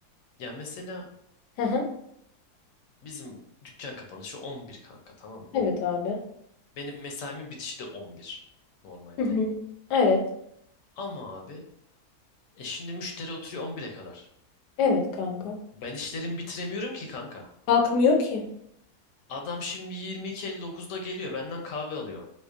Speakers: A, on the left; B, on the left.
A: ya mesela
B: Hı hı.
A: bizim dükkan kapanışı 11 kanka tamam mı?
B: Evet abi.
A: Benim mesaimin bitişi de 11 normalde.
B: Hı hı. Evet.
A: Ama abi e şimdi müşteri oturuyor 11'e kadar.
B: Evet kanka.
A: Ben işlerimi bitiremiyorum ki kanka.
B: Kalkmıyor ki.
A: Adam şimdi 22.59'da geliyor benden kahve alıyor.